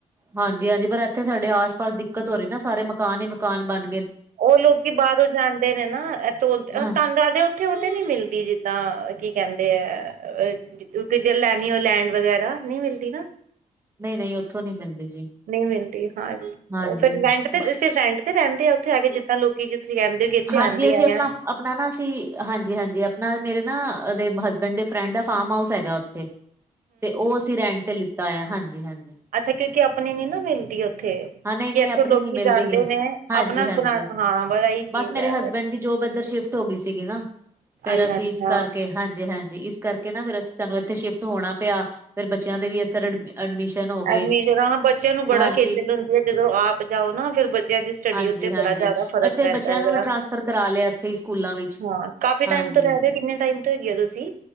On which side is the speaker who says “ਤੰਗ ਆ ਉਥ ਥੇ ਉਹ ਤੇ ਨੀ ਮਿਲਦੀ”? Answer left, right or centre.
Right